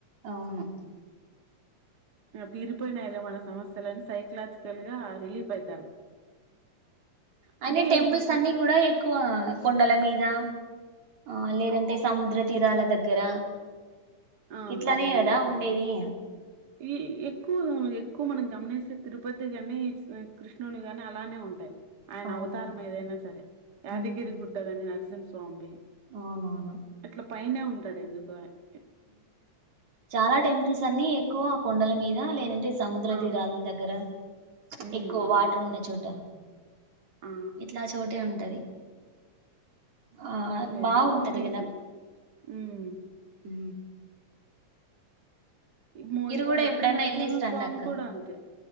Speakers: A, on the right; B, on the right.
A: అవును
B: తీరిపోయినాయలా మన సమస్యలన్నీ సైకలాజికల్ గా రిలీఫ్ ఐపో
A: అయినే
B: అంటే
A: టెంపుల్స్
B: ఇప్పుడు కొ
A: అన్ని కూడా ఎక్కువ కొండల మీద ఆ లేదంటే సముద్ర తీరాల దగ్గర
B: ఆ
A: ఇట్లానే
B: అవునవును
A: గాదా ఉండేది
B: ఈ ఎక్కువ ఎక్కువ మనం గమనిస్తే తిరుపతి గాని కృష్ణుని గాని అలానే ఉంటాయి ఆయన
A: అవునవును
B: అవతారం ఏదైనా సరే యాదగిరి
A: హ్మ్
B: గుట్టగాని నరసింహస్వామి
A: అవునవును
B: అట్లా పైనే ఉంటాడు ఎందుకు ఆ
A: చాలా టెంపుల్స్ అన్ని ఎక్కువ ఆ కొండల మీద లేదంటే సముద్ర
B: ఆ
A: తీరాల దగ్గర
B: ఉమ్
A: ఎక్కువ
B: అవును
A: వాటర్ ఉన్న చోట
B: ఆ
A: ఇట్లా చోటే ఉంటది ఆ
B: మరి ఎందుకో
A: బాగుంటది
B: రీజన్ మ్మ్
A: హు
B: ఇ ము ఈ
A: కూడా
B: కదిరి
A: ఎప్పుడైనా
B: నరసింహస్వామి
A: వెళ్ళేసి రండి అక్క
B: కూడా అంతే